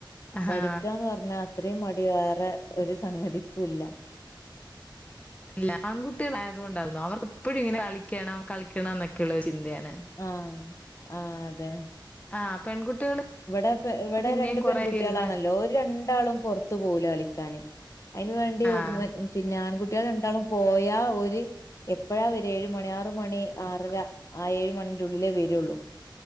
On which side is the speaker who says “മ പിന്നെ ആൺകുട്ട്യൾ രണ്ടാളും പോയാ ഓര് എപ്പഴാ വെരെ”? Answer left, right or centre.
Left